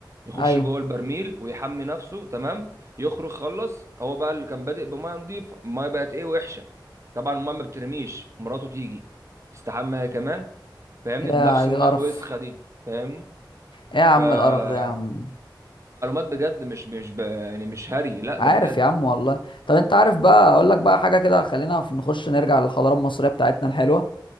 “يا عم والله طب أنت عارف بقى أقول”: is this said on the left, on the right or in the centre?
Left